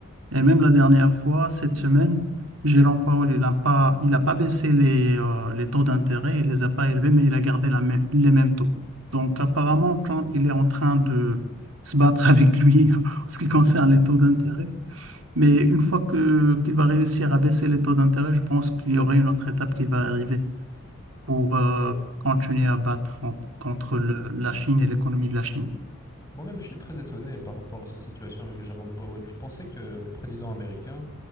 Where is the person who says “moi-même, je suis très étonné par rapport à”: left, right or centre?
Left